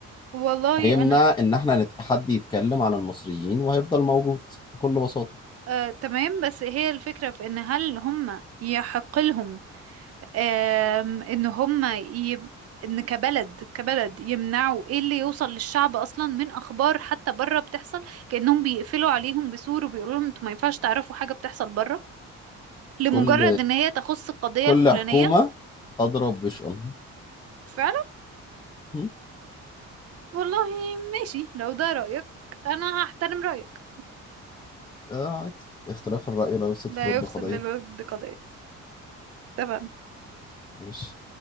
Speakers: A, on the right; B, on the left.
A: والله
B: هيمنع
A: انا
B: ان احنا نت... حد يتكلم على المصريين وهيفضل موجود بكل بساطة
A: آه، تمام بس هي الفكرة في ان هل هم يحق لهم آم، ان هم يب... ان كبلد كبلد يمنعوا ايه اللي يوصل للشعب اصلا من اخبار حتى بره بتحصل كأنهم بيقفلوا عليهم بسور وبيقولوا لهم انتوا ما ينفعش تعرفوا حاجة بتحصل بره لمجرد
B: كل
A: ان هي تخص القضية
B: كل
A: الفلانية
B: حكومة أضرب بشؤونها
A: فعلا
B: م?
A: والله ماشي لو ده رأيك انا هحترم رأيك
B: آه عادي اختلاف الرأي لا يفسد
A: ده
B: في الود
A: يفسد
B: قضية
A: للود قضية اتفقنا
B: ماشي